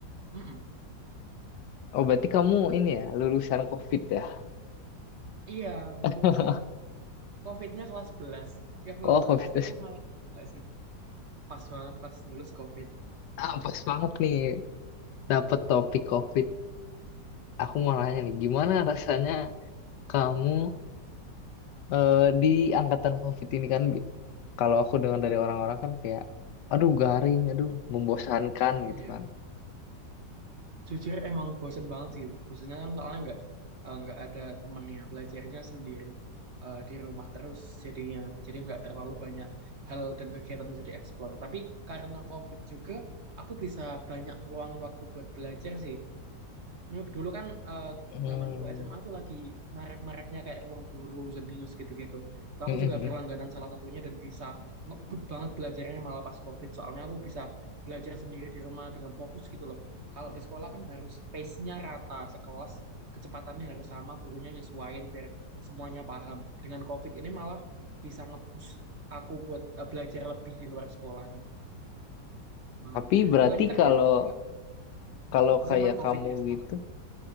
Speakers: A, on the right; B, on the left.
A: Mm-mm.
B: Oh berarti kamu ini ya lulusan COVID ya?
A: Iya,
B: <laughs>
A: lulusan COVID-nya kelas 11. Yang lulusan
B: Oh COVID
A: COVID
B: itu-
A: tuh malah gila sih. Pas banget pas lulus COVID.
B: ah, pas banget nih dapet topik COVID. Aku mau nanya nih, gimana rasanya Kamu eh, di angkatan COVID ini kan bi- kalau aku dengar dari orang-orang kan kayak aduh garing, aduh membosankan
A: Iya.
B: gitu kan.
A: Jujur emang bosen banget sih. Bosennya kan soalnya nggak eh, nggak ada temennya. Belajarnya sendiri eh, di rumah terus jadinya. Jadi nggak terlalu banyak hal dan kegiatan yang bisa dieksplor. Tapi karena COVID juga, aku bisa banyak ngeluangin waktu buat belajar sih. Nah, Dulu kan eh,
B: Hmm.
A: zamanku SMA tuh lagi marak-maraknya kayak ruang guru, Zenius gitu-gitu. Tuh
B: Mm,
A: aku
B: mm,
A: juga
B: mm.
A: berlangganan salah satunya dan bisa ngebut banget belajarnya malah pas COVID. Soalnya aku bisa belajar sendiri di rumah dengan fokus gitu loh. Kalau di sekolah kan harus pace-nya rata, sekelas kecepatannya harus sama, gurunya nyesuaiin biar semuanya paham. Dengan COVID ini malah bisa ngebus aku buat eh, belajar lebih di luar sekolah gitu. Malah.
B: Tapi berarti
A: Bukannya Kak
B: kalau
A: Rian juga
B: kalau kayak
A: zaman COVID
B: kamu
A: ya sekolahnya?
B: gitu,